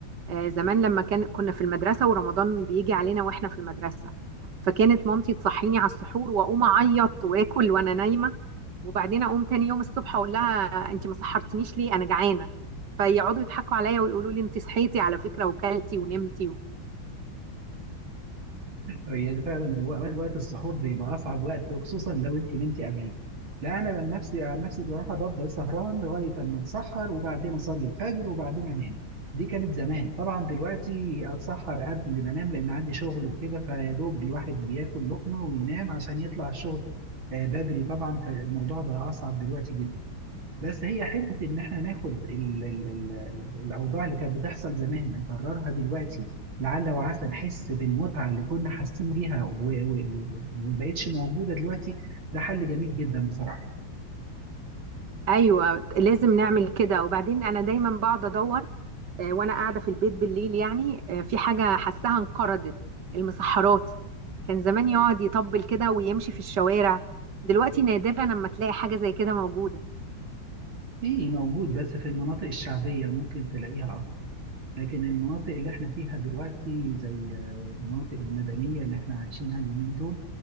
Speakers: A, on the right; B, on the right.
A: آه، زمان لما كان كنا في المدرسة ورمضان بيجي علينا واحنا في المدرسة فكانت مامتي تصحيني على السحور واقوم اعيط واكل وانا نايمة وبعدين اقوم تاني يوم الصبح اقول لها انت ما سحرتنيش ليه انا جعانة فيقعدوا يضحكوا عليا ويقولوا لي انت صحيتي على فكرة وكلتي ونمتي و...
B: هي ده فعلا وق- وقت السحور بيبقى اصعب وقت وخصوصا لو انت نمتي قبليه لا انا عن نفسي عن نفسي بصراحه بفضل سهران لغايه اما اتسحر وبعدين اصلي الفجر وبعدين انام دي كانت زمان طبعا دلوقتي اتسحر قبل ما انام لان عندي شغل وكده فيا دوب الواحد بياكل لقمه وينام عشان يطلع الشغل آه، بدري طبعا فالموضوع بقى اصعب دلوقتي جدا بس هي حتة إن إحنا ناخد ال ال ال ال- الأوضاع اللي كانت بتحصل زمان نكررها دلوقتي لعل وعسى نحس بالمتعة اللي كنا حاسين بيها و- و- و- ومبقتش موجودة دلوقتي ده حل جميل جدا بصراحة
A: ايوه لازم نعمل كده وبعدين انا دايما بقعد ادور آه، وانا قاعده في البيت بالليل يعني آه، في حاجه حاساها انقرضت المسحراتي كان زمان يقعد يطبل كده ويمشي في الشوارع دلوقتي نادرا لما تلاقي حاجه زي كده موجوده
B: ايه موجود بس في المناطق الشعبية ممكن تلاقيها أكتر لكن المناطق اللي احنا فيها دلوقتي زي آه، المناطق المدنية اللي احنا عايشينها اليومين دول